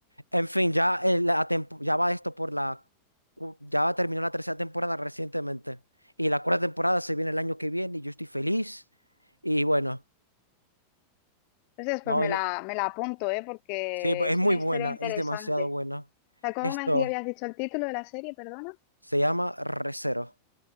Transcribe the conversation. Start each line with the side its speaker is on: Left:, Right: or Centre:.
Right: En fin, ya, el- la tempo- ya va esto por la... u- Ya terminó la tercera temporada recientemente. Y la cuarta temporada se viene el año que viene y yo estoy feliz. Y bueno,
Left: entonces
Right: no,
Left: pues me
Right: no-
Left: la, me la apunto, ¿eh? Porque
Right: sí, pues,
Left: es
Right: es muy
Left: una
Right: buena,
Left: historia interesante.
Right: es demasiado buena.
Left: O sea, ¿cómo
Right: Esto...
Left: me decía- habías dicho el título de la serie, perdona?
Right: Se llama Re:Zero.